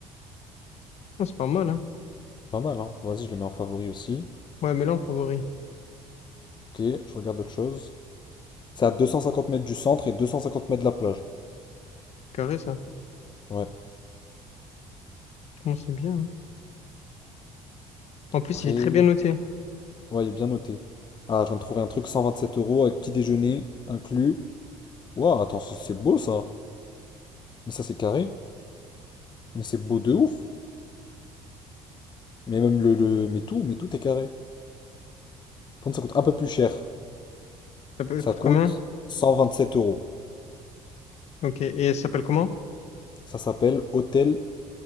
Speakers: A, on the left; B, on the left.
A: Ah, c'est pas mal, hein.
B: Pas mal, hein. Vas-y, je le mets en favori aussi.
A: Ouais, mais là, en favori.
B: Ok, je regarde autre chose. C'est à 250 mètres du centre et 250 mètres de la plage.
A: Carré, ça.
B: Ouais,
A: Franchement, c'est bien. hein. En plus,
B: après.
A: il est très bien noté.
B: Ouais, il est bien noté. Ah, je viens de trouver un truc 127 euros avec petit déjeuner inclus. Waouh, attends, c'est c'est beau ça. Mais ça, c'est carré. Mais c'est beau de ouf. Mais même le, le. Mais tout, mais tout est carré. Quand ça coûte un peu plus cher,
A: Ça peut-
B: ça
A: coûte
B: coûte
A: combien?
B: 127 euros.
A: Ok. Et ça s'appelle comment?
B: Ça s'appelle Hôtel